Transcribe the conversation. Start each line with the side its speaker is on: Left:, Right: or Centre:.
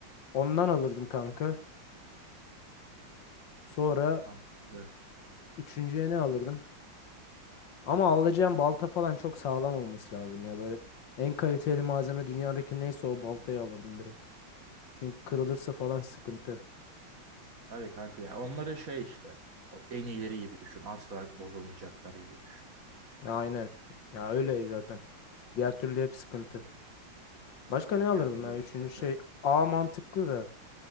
Left: Ondan alırdım kanka. Sonra
Right: Mantıklı.
Left: üçüncüye ne alırdım? Ama alacağım balta falan çok sağlam olması lazım ya böyle. En kaliteli malzeme dünyadaki neyse o baltayı alırdım direkt. Çünkü kırılırsa falan sıkıntı.
Right: Tabii kanka ya. Onları şey işte. O en iyileri gibi düşün. Asla bozulmayacaklar gibi düşün.
Left: Ya Aynen. Ya öyle zaten. Diğer türlü hep sıkıntı. Başka ne alırdım
Right: Diğer türlü
Left: ya? Üçüncü
Right: sıkıntı.
Left: şey A mantıklı da.